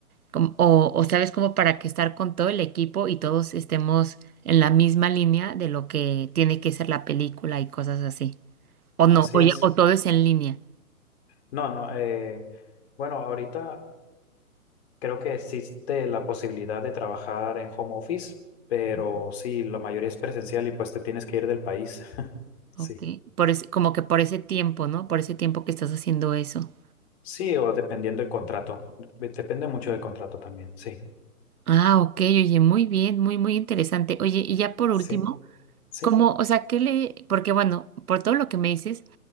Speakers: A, on the right (about 80°); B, on the left (about 45°).
A: como- o, o sabes como para que estar con todo el equipo y todos estemos en la misma línea de lo que tiene que ser la película y cosas así? O
B: Así
A: no, o,
B: es.
A: ya- o todo es en línea.
B: No, no, eh, bueno, ahorita creo que existe la posibilidad de trabajar en home office, pero sí, la mayoría es presencial y pues te tienes que ir del país. <laughs> Sí.
A: Ok, por ese- como que por ese tiempo, ¿no? Por ese tiempo que estás haciendo eso.
B: Sí, o dependiendo del contrato. Dep- Depende mucho del contrato también. Sí.
A: Ah, ok, oye, muy bien, muy, muy interesante. Oye, y ya por
B: Sí,
A: último.
B: sí,
A: Como, o sea, ¿qué le...? Porque bueno, por todo lo que me dices,